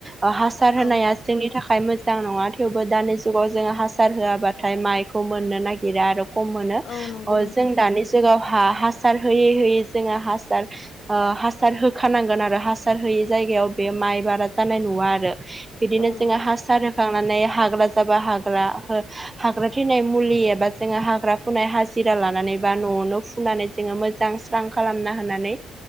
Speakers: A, on the right; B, on the left.
A: ओ हासार होनाया
B: औ
A: जोंनि थाखाय मोजां नंङा थेवबो दानि जुगाव जोंङो हासार होआबाथाय माइखौ मोननो नागिरा आरो खम मोनो
B: औ नंगौ
A: ओ
B: नोंथां
A: जों दानि जुगाव हा हासार होयै होयै जोंङो हासार आ हासार होखानांगोन आरो हासार होयि जायगायाव बे माइ बारा जानाय नुवा आरो। बिदिनो
B: औ नंगौ
A: जोंङो हासार होखांनानै हाग्रा जाबा हाग्रा हो हाग्रा थैनाय मुलि एबा जोङो हाग्रा फुनाय हाजिरा लानानै बा न'आवनो फुनानै जोङो मो जां स्स्रां खालामना होनानै